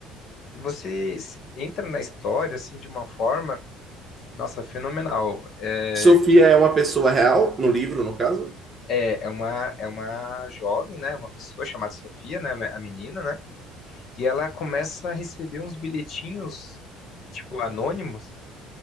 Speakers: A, on the left (about 55°); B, on the right (about 25°).
A: você s- entra na história assim de uma forma, nossa, fenomenal. É,
B: Sofia
A: como é, que-
B: é uma pessoa real, no livro, no caso?
A: é é uma é uma jovem, né, uma pessoa chamada Sofia, né, a menina, né? E ela começa a receber uns bilhetinhos, tipo, anônimos,